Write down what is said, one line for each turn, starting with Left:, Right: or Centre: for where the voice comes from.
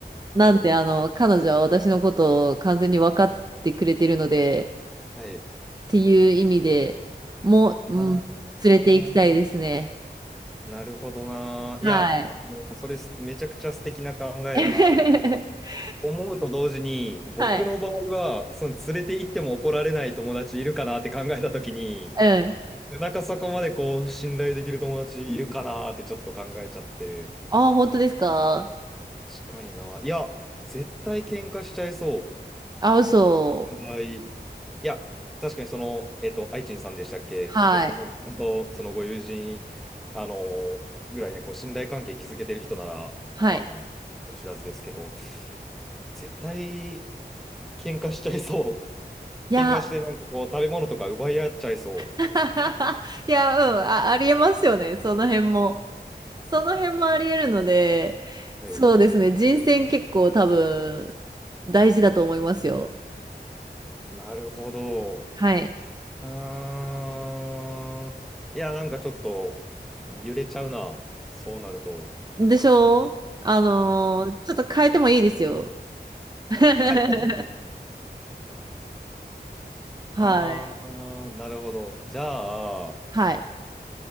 Right: なんで、
Centre: はい。
Right: あの、彼女は私のことを完全に分かってくれてるので、っ
Centre: はい。
Right: ていう意味でも、うん、
Centre: あ
Right: 連れて行きたいですね。
Centre: ー。なるほどな。
Right: はい。
Centre: いや、あの、それめちゃくちゃ素敵な考えだな。
Right: <laughs>
Centre: 思うと同時に、僕の場合は、
Right: はい。
Centre: その連れて行っても怒られない友達いるかなって考えたときに、
Right: うん。
Centre: なんかそこまでこう信頼できる友達いるかなーってちょっと考えちゃって。
Right: あ、本当ですか
Centre: 確かにな。いや、絶対喧嘩しちゃいそ
Right: あ、嘘。
Centre: う。場合。いや、確かにその、えっと、愛知さんでしたっけそのみのりさんとそのご友人、
Right: はい。
Centre: あのーぐらいね、こう信頼関係築けてる人なら、
Right: はい。
Centre: まあ、知らずですけど、絶対喧嘩しちゃいそう。
Right: いや、
Centre: 喧嘩してなんかこう食べ物とか奪い合っちゃいそ
Right: <laughs> いや、うん、あ、ありえますよね。その辺も。その辺もありえるので、
Centre: う。
Right: そうですね。
Centre: はい。
Right: 人選結構多分大事だと思いますよ。
Centre: なるほど。
Right: はい。
Centre: あー、いや、なんかちょっと揺れちゃうな。そうなると。
Right: でしょあのーちょっと変えてもいいですよ。<laughs>
Centre: かい、かい方いい。
Right: はい。
Centre: あー、なるほど。じゃあ、
Right: はい。